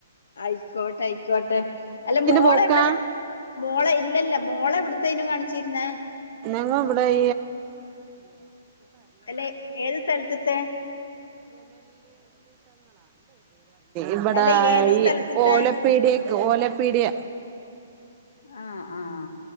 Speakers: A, on the left; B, on the right.
A: ആയിക്കോട്ടെ ആയിക്കോട്ടെ അല്ല മോള
B: മോക്കാ
A: വിടെ മോളെ ഇല്ലല്ല മോളെ ഇവിടുത്തേനും കാണിച്ചിരുന്നേ
B: <unintelligible> <unintelligible> പേര്റിഞ്ഞ
A: അല്ലെ ഏത് സ്ഥലത്തത്തെ
B: ഇവിടെ
A: അല്ല ഏത്
B: ഈ
A: സ്ഥലത്തത്തെ
B: ഓലപ്പീടിയക്ക് ഓലപ്പീടിയ
A: ആ ആഹ